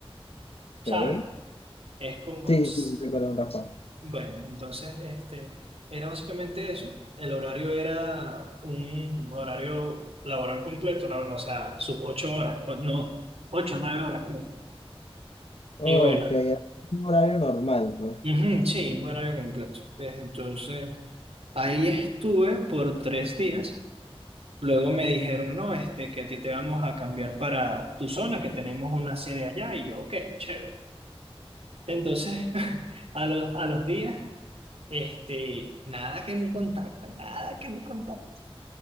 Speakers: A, on the right; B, on the left.
A: ¿sabes?
B: Ok.
A: Es como...
B: Sí,
A: ts-
B: sí, sí, se cuela un raspado.
A: Bueno, entonces, este, era básicamente eso. El horario era un horario laboral completo, la verdad, o sea, sus ocho horas, o no, ocho, nueve horas creo.
B: Ok,
A: Y bueno.
B: es un horario normal, pues.
A: Ujú, sí, un horario completo. Entonces, ahí estuve por tres días. Luego me dijeron, no, este, que a ti te vamos a cambiar para tu zona, que tenemos una sede allá. Y yo, ok, chévere. Entonces, <laughs> a los, a los días, este, nada que me contactan, nada que me contactan.